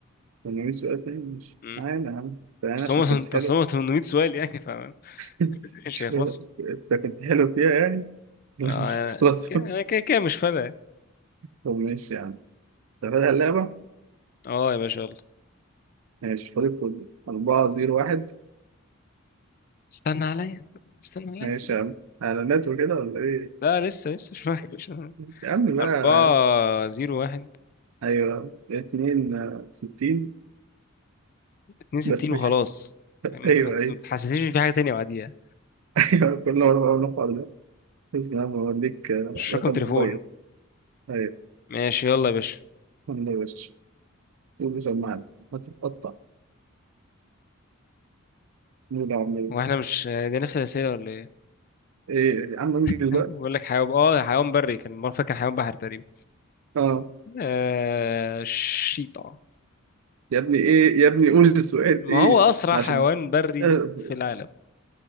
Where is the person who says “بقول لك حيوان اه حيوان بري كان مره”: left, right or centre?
Left